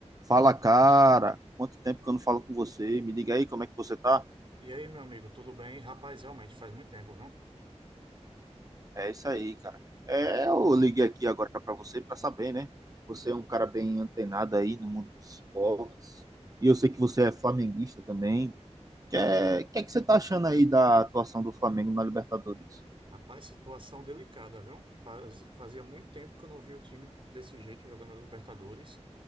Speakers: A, on the right; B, on the right.
A: Fala, cara. Quanto tempo que eu não falo com você? Me diga aí como é que você tá?
B: E aí, meu amigo, tudo bem? Rapaz, realmente faz muito tempo, viu?
A: É isso aí, cara. É, eu liguei aqui agora pra você pra saber, né? Você é um cara bem antenado aí no mundo dos esportes. E eu sei que você é flamenguista também. Que é, que é que você tá achando aí da atuação do Flamengo na Libertadores?
B: Rapaz, situação delicada, viu? Faz- fazia muito tempo que eu não vi o time desse jeito jogando a Libertadores.